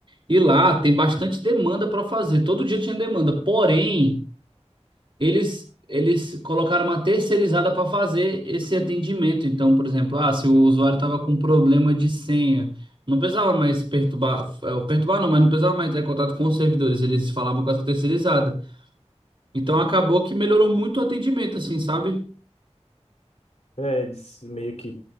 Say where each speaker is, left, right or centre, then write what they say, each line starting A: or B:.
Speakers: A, on the right; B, on the left.
A: E lá tem bastante demanda pra fazer. Todo dia tinha demanda. Porém, eles. Eles colocaram uma terceirizada pra fazer esse atendimento. Então, por exemplo, ah, se o usuário tava com problema de senha, não precisava mais perturbar, eh, perturbar não, mas não precisava mais entrar em contato com os servidores. Eles falavam com essa terceirizada. Então acabou que melhorou muito o atendimento, assim, sabe?
B: É, eles meio que